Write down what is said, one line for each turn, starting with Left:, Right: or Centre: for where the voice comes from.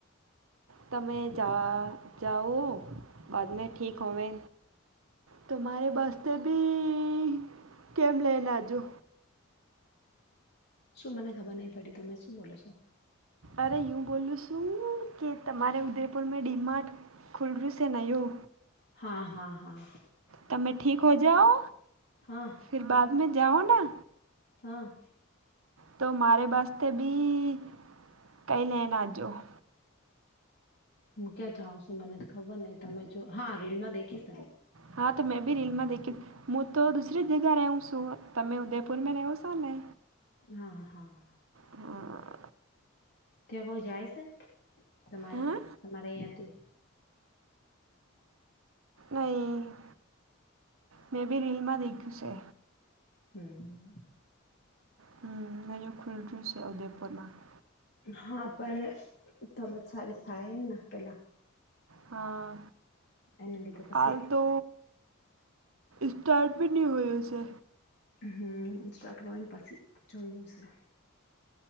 Right: તમે જા જાઓ બાદ મે ઠીક હોવે. તો મારે બસતે બી કેમ લઈનેજો.
Left: શું મને ખબર નહી પડી તમે શું બોલો છો.
Right: અરે યું બોલું શું કે તમારે ઉદયપુરમાં ડીમાર્ટ. ખુલ્ડ્રુ સનાું
Left: હા હા હા.
Right: તમેં ઠીક હો જાઓ.
Left: હા.
Right: ફર બાદ મે જાઓ ના.
Left: હા.
Right: તો મારે વતે બી કઈ લેન આવજો <inaudible>
Left: હું ક્યાં જાઉ છું મને તો ખબર નહ તમે જો હા રીલ માં દેખીસ.
Right: હા તો મેં ભી રીલમાં દેખી. હું તો દુસરી જગ્યા રહું છું તમે ઉદયપુરમાં રહો છો ને?
Left: હા હા.
Right: હા.
Left: ત્યાં કોઈ જાય છે તમારે
Right: હા
Left: તમારે અહિંથી?
Right: નહી મેં બી રીલમાં દેખ્યું છે.
Left: હમ.
Right: હ નંજુક ખુરદ્રુ <inaudible> છે આવદેપોટમાં <inaudible> <unintelligible>
Left: હા પણ તબિયત સારી થાયને પેલા.
Right: હા
Left: એના લીધે પછી
Right: કાલ તો સ્ટાર્ટ પણ ન હોય હસે
Left: હ સ્ટાર્ટ હોય ને પછી જોયુંશે